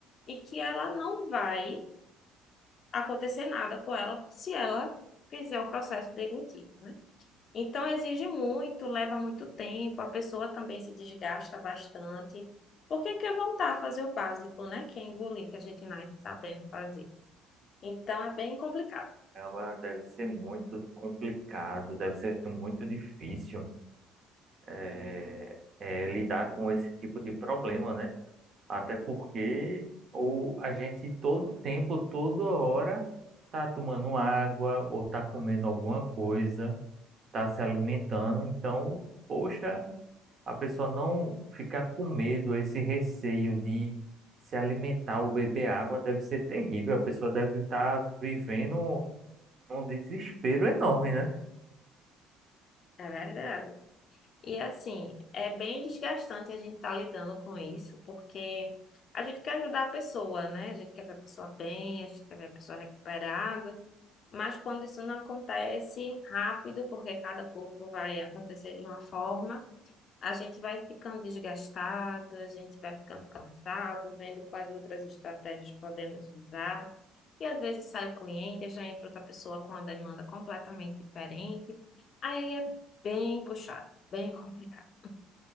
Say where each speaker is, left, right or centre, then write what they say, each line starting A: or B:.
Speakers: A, on the left; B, on the right.
A: e que ela não vai acontecer nada com ela se ela fizer o processo de deglutir. Então, exige muito, leva muito tempo, a pessoa também se desgasta bastante, porque quer voltar a fazer o básico, né? Que é engolir, que a gente nasce sabendo fazer. Então é bem complicado,
B: Caramba, deve ser muito complicado, deve ser muito difícil é, é, lidar com esse tipo de problema, né? Até porque ou a gente todo tempo, toda hora, tá tomando água ou tá comendo alguma coisa, tá se alimentando. Então, poxa, a pessoa não ficar com medo, esse receio de se alimentar ou beber água deve ser terrível. A pessoa deve estar vivendo um desespero enorme, né?
A: é verdade. E assim, é bem desgastante a gente estar lidando com isso, porque a gente quer ajudar a pessoa, né? A gente quer ver a pessoa bem, a gente quer ver a pessoa recuperada, mas quando isso não acontece rápido, porque cada corpo vai acontecer de uma forma, A gente vai ficando desgastado, a gente vai ficando cansado, vendo quais outras estratégias podemos usar. E às vezes sai o cliente, já entra outra pessoa com uma demanda completamente diferente. Aí é bem puxado, bem complicado.